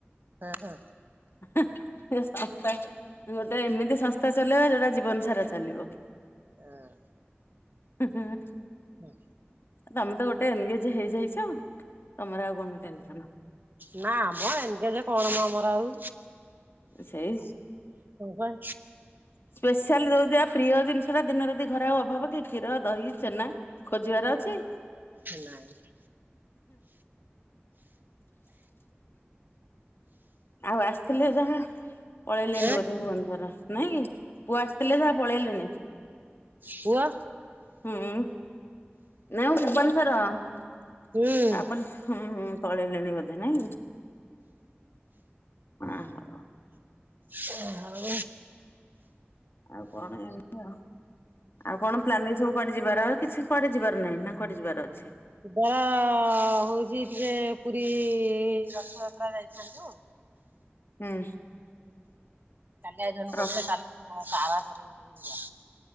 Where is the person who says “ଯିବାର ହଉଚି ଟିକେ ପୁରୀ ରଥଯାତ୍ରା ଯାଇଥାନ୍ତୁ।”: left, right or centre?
Right